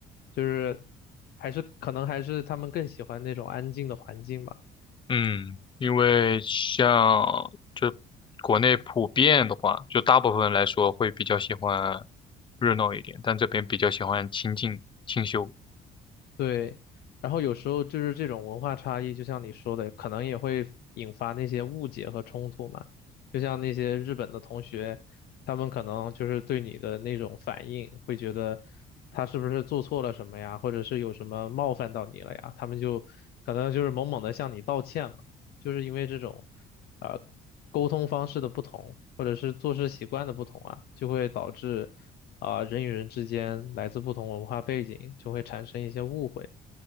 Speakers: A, on the left; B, on the left.
A: 就是还是可能还是他们更喜欢那种安静的环境吧。
B: 嗯，因为像就国内普遍的话，就大部分来说会比较喜欢热闹一点，但这边比较喜欢清静清修。
A: 对，然后有时候就是这种文化差异，就像你说的，可能也会引发那些误解和冲突嘛。就像那些日本的同学，他们可能就是对你的那种反应，会觉得他是不是做错了什么呀，或者是有什么冒犯到你了呀，他们就可能就是猛猛的向你道歉嘛。就是因为这种，啊沟通方式的不同，或者是做事习惯的不同啊，就会导致。啊、人与人之间来自不同文化背景就会产生一些误会，